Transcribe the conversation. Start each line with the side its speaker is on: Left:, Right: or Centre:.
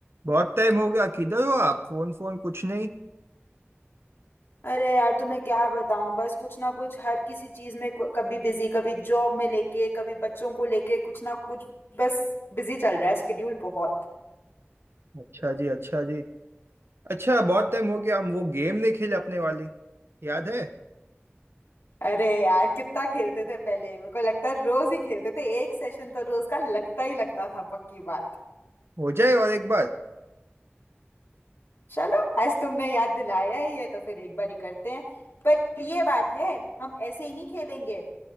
Right: बहुत टाइम हो गया किधर हो आप फोन फोन कुछ नहीं
Left: अरे यार तुम्हें क्या बताऊं बस कुछ ना कुछ हर किसी चीज में कु- कभी बिजी कभी जॉब में लेके कभी बच्चों को लेके कुछ ना कुछ बस बिजी चल रहा है स्केड्यूल बहुत
Right: अच्छा जी अच्छा जी अच्छा बहुत टाइम हो गया हम वो गेम नहीं खेले अपने वाली याद है
Left: अरे यार कितना खेलते थे पहले मेरे को लगता है रोज ही खेलते थे एक सेशन तो रोज का लगता ही लगता था पक्की बात
Right: हो जाए और एक बार
Left: चलो आज तुमने याद दिलाया है ये तो फिर एक बार ही करते हैं पर ये बात है हम ऐसे ही नहीं खेलेंगे